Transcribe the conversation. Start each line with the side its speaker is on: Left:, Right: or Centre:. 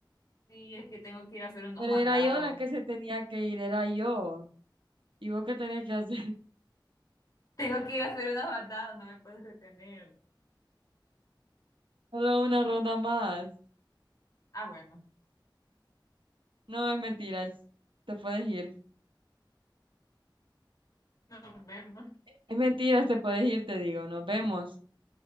Left: Sí, es que tengo que ir a hacer unos
Right: Pero
Left: mandados.
Right: era yo la que se tenía que ir, era yo. ¿Y vos qué tenías que hacer? <laughs>
Left: Tengo que ir a hacer unas bandadas, no me puedes retener.
Right: Solo una ronda más.
Left: Ah, bueno,
Right: No, es mentiras. Te puedes ir.
Left: nos vemos.
Right: Es mentiras, te puedes ir, te digo. Nos vemos.